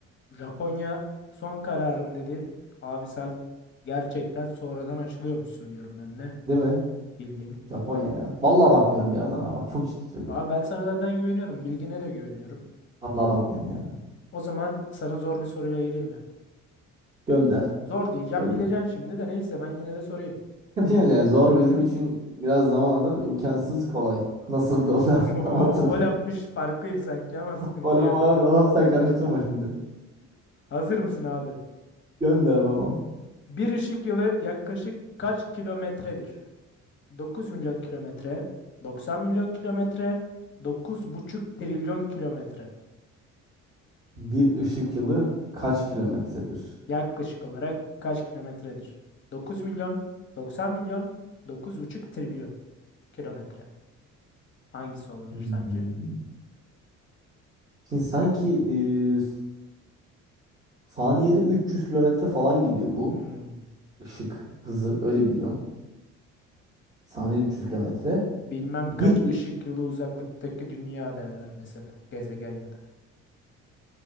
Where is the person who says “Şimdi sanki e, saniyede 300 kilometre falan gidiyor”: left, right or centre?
Right